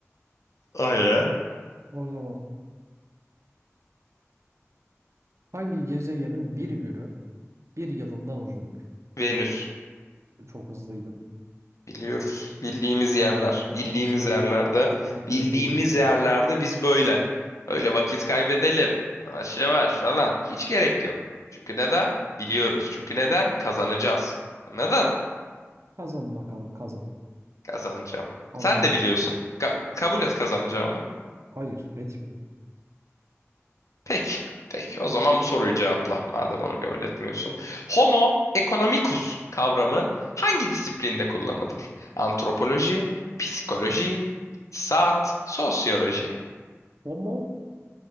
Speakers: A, on the left; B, on the right.
A: Ay ya.
B: O zaman hangi gezegenin bir günü bir yılından uzundur?
A: Venüs.
B: Çok hızlıydın.
A: Biliyoruz. Bildiğimiz yerler. Bildiğimiz
B: Çok hızlıydın.
A: yerlerde.
B: Çok hızlıydın.
A: Bildiğimiz yerlerde biz böyle. Öyle vakit kaybedelim. Yavaş yavaş falan. Hiç gerek yok. Çünkü neden? Biliyoruz. Çünkü neden? Kazanacağız. Neden?
B: Kazan bakalım kazan.
A: Kazanacağım.
B: Kazan
A: Sen de
B: bakalım.
A: biliyorsun. Ka- kabul et kazanacağımı.
B: Hayır etmiyorum.
A: Peki. Peki. O zaman bu soruyu cevapla. Madem onu kabul etmiyorsun. Homo economicus kavramı hangi disiplinde kullanılır? Antropoloji, psikoloji, iktisat, sosyoloji.
B: Homo,